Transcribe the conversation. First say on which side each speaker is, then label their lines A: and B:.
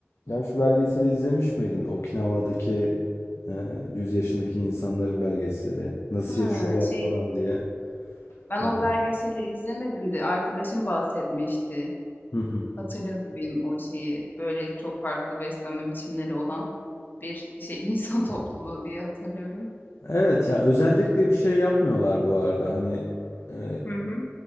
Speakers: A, on the left; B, on the left.
A: Ya şu belgeseli izlemiş miydin? Okinawa'daki e, 100 yaşındaki insanların belgeseli. Nasıl
B: Ha,
A: yaşıyorlar
B: şey
A: falan diye.
B: ben
A: Evet.
B: o belgeseli izlemedim de arkadaşım bahsetmişti.
A: Hı hı.
B: Hatırlıyor gibiyim o şeyi. Böyle çok farklı beslenme biçimleri olan bir şey <laughs> insan topluluğu diye hatırlıyorum.
A: Evet ya özellikle bir şey yapmıyorlar bu arada. Hani e,
B: Hı hı.